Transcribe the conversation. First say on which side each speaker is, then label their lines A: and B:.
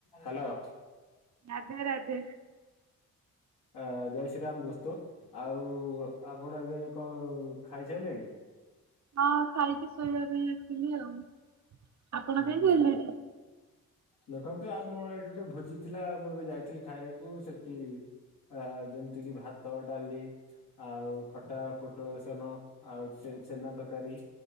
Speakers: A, on the left; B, on the right.
A: ହ୍ୟାଲୋ
B: ରାଧେ ରାଧେ
A: ଆ ଜୟ ଶ୍ରୀରାମ ଦୋସ୍ତ ଆଉ ଆପଣ ଏବେ କଣ ଖାଇସାରିଲେଣି।
B: ହଁ ଖାଇକି ଶୋଇବା ପାଇଁ ଆସିଲି ଆଉ- ଆପଣ
A: ହୁଁ
B: ଖାଇସାରିଲେଣି?
A: ହୁଁ ଦେଖନ୍ତୁ ଆ ମୋ ଏଇଠି ଗୋଟେ ଭୋଜି ଥିଲା ମୁଁ ଏବେ ଯାଇଥିଲି ଖାଇବାକୁ ସେଠି- ଆ ଯେମିତି କିି ଭାତ, ଡାଲି, ଆଉ ଖଟା, ପୋଟଳ ବେସନ, ଆଉ ଛେନା ତରକାରୀ-